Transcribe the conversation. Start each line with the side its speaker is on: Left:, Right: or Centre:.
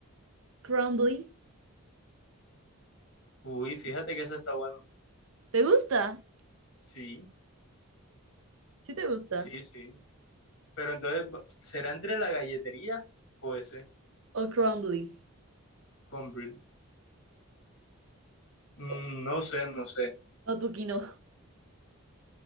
Right: crumbly?
Left: Uy, fíjate que eso está bueno.
Right: ¿Te gusta?
Left: Sí,
Right: ¿Sí te gusta?
Left: sí, sí. Pero entonces, ¿será entre la galletería o ese?
Right: ¿O crumbly?
Left: con Brie. Mm,
Right: O-
Left: no sé, no sé.
Right: No, tuki no,